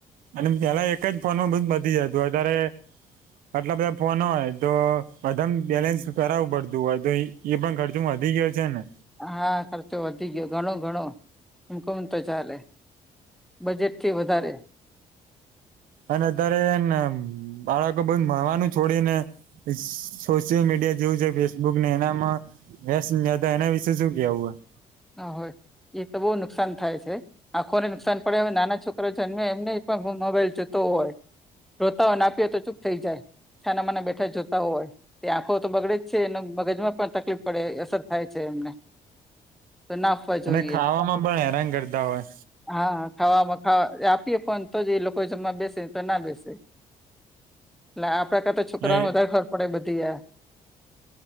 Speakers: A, on the right (about 85°); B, in the centre.
A: અને પેલા એક જ ફોનમાં બધુ પતી જતું અત્યારે આટલા બધા ફોન હોય તો બધામ બેલેન્સ કરાવું પડતું હોય તો એ પણ ખર્ચો વધી ગયો છે ને
B: હા ખર્ચો વધી ગયો ઘણો ઘણો એમ કઉ તો ચાલે બજેટથી વધારે
A: અને અત્યારે હેને બાળકો બધુ ભણવાનું છોડીને સોશિયલ મીડિયા જેવું છે ફેસબુક ને એનામાં વેસ્ટ નહી હોતા એનાવિશે શું કેવું હે
B: હ હો એ તો બહુ નુકસાન થાય છે. આંખોને નુકસાન પડે હવે નાના છોકરો જન્મે એમને પણ મોબાઈલ જતો હોય રોતા હોય ના આપી હો તો ચૂપ થઈ જાય છાનામાંના બેઠા જોતા હોય તે આંખો તો બગડે જ છે એ મગજમાં પણ તકલીફ પડે અસર થાય છે એમને તો ના આપવા જોઈએ
A: અને ખાવામાં પણ હેરાન કરતા હોય
B: હા ખાવામાં ખાવા આપીએ ફોન તો જ એ લોકો જમવા બેસે તો ના બેસે એટલે આપડા કરતા છોકરાઓને
A: અને
B: વધારે ખબર પડે બધી આ